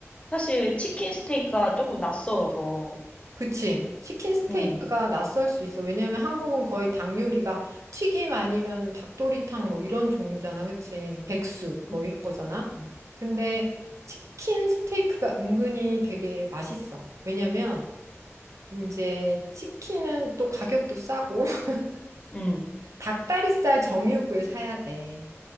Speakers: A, on the left; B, on the right.
A: 사실 치킨 스테이크가 조금 낯설어서.
B: 그치. 치킨 스테이크가
A: 응,
B: 낯설 수 있어. 왜냐면 한국은 거의 닭 요리가 튀김 아니면은 닭도리탕 뭐 이런 종류잖아. 그치. 백숙 뭐
A: 응,
B: 이런 거잖아.
A: 응.
B: 근데 치킨 스테이크가 은근히 되게 맛있어. 왜냐면 이제 치킨은 또 가격도 싸고 <laughs>
A: 응.
B: 닭다리살 정육을 사야 돼.